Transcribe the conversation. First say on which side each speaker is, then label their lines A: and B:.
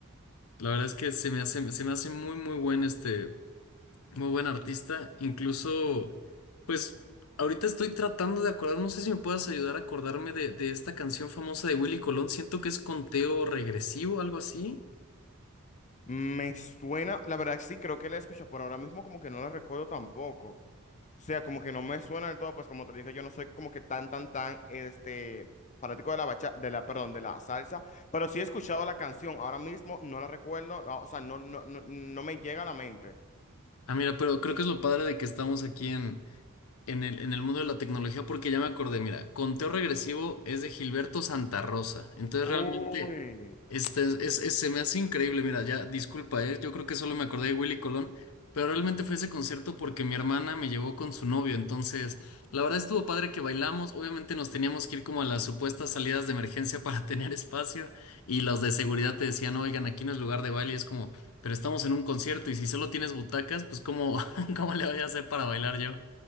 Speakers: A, on the left; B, on the left.
A: La verdad es que se me hace, se me hace muy, muy buen este. Muy buen artista. Incluso, pues, ahorita estoy tratando de acordar, no sé si me puedas ayudar a acordarme de, de esta canción famosa de Willy Colón. Siento que es conteo regresivo, algo así.
B: Me suena, la verdad sí, creo que la he escuchado, pero ahora mismo como que no la recuerdo tampoco. O sea, como que no me suena del todo, pues como te dije, yo no soy como que tan, tan, tan, este, fanático de la bacha, de la, perdón, de la salsa, pero sí he escuchado la canción, ahora mismo no la recuerdo, no, o sea, no, no, no, no me llega a la mente.
A: Ah, mira, pero creo que es lo padre de que estamos aquí en, en el, en el mundo de la tecnología porque ya me acordé, mira, conteo regresivo es de Gilberto Santa Rosa, entonces
B: Uy.
A: realmente este, es, es- se me hace increíble, mira, ya disculpa, eh, yo creo que solo me acordé de Willy Colón, pero realmente fue ese concierto porque mi hermana me llevó con su novio, entonces la verdad estuvo padre que bailamos, obviamente nos teníamos que ir como a las supuestas salidas de emergencia para <laughs> tener espacio y los de seguridad te decían, oigan, aquí no es lugar de baile, y es como... Pero estamos en un concierto y si solo tienes butacas, pues ¿cómo, <laughs> cómo le voy a hacer para bailar yo?